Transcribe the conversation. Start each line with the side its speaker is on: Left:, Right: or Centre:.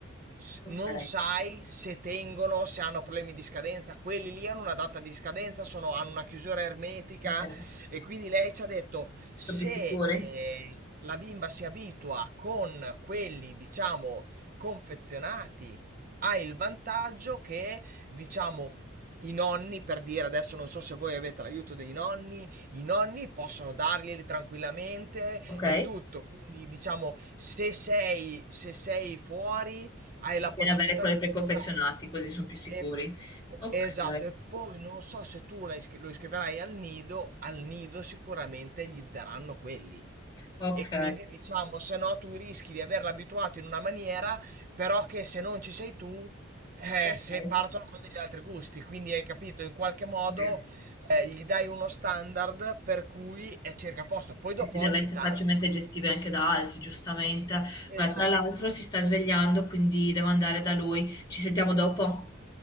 Right: s-
Left: ok,
Right: non sai se tengono, se hanno problemi di scadenza, quelli lì hanno una data di scadenza, sono- hanno una chiusura ermetica
Left: sì. Sono
Right: e quindi lei ci ha detto se
Left: più sicuri?
Right: eh, la bimba si abitua con quelli, diciamo, confezionati, ha il vantaggio che, diciamo, I nonni, per dire adesso non so se voi avete l'aiuto dei nonni, i nonni possono darglieli tranquillamente
Left: Ok,
Right: e tutto. Quindi diciamo, se sei, se sei fuori, hai la
Left: conviene
Right: possibilità
Left: avere quelli
Right: di
Left: preconfezionati
Right: utilizzarli.
Left: così sono più sicuri.
Right: E po-
Left: Ok,
Right: esatto, e poi non so se tu la iscri- lo iscriverai al nido, al nido sicuramente gli daranno quelli.
Left: ok,
Right: E quindi diciamo, se no tu rischi di averlo abituato in una maniera, però che se non ci sei tu, eh,
Left: ok.
Right: se partono con degli altri gusti. Quindi hai capito, in qualche modo
Left: Sì.
Right: eh, gli dai uno standard per cui è circa a posto. Poi dopo
Left: e si deve
Right: ogni
Left: essere
Right: tanto...
Left: facilmente gestibile anche da altri, giustamente. Guarda,
Right: Esatto.
Left: tra l'altro si sta svegliando, quindi devo andare da lui. Ci sentiamo dopo?